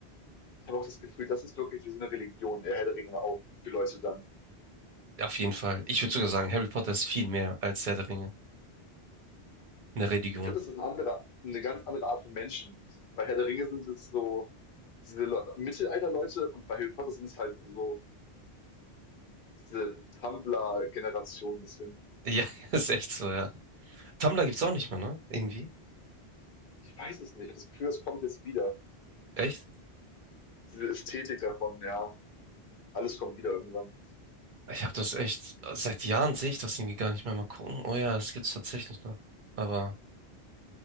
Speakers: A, on the left; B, on the right.
A: Ich habe auch das Gefühl, das ist wirklich wie so eine Religion, der Herr der Ringe auch für Leute dann.
B: Auf jeden Fall. Ich würde sogar sagen, Harry Potter ist viel mehr als Herr der Ringe. Eine Religion.
A: Ich glaube, das ist ein anderer, eine ganz andere Art von Menschen. Bei Herr der Ringe sind es so diese Le Mittelalter-Leute und bei Harry Potter sind es halt so diese Tumblr-Generation ein bisschen.
B: Ja, <laughs> ist echt so, ja. Tumblr gibt's auch nicht mehr, ne? Irgendwie.
A: ich weiß es nicht. Ich habe das Gefühl, es kommt jetzt wieder.
B: Echt?
A: Diese Ästhetik davon, ja. Alles kommt wieder irgendwann.
B: Ich habe das echt, seit Jahren sehe ich das irgendwie gar nicht mehr. Mal gucken. Oh ja, es gibt's tatsächlich noch. Aber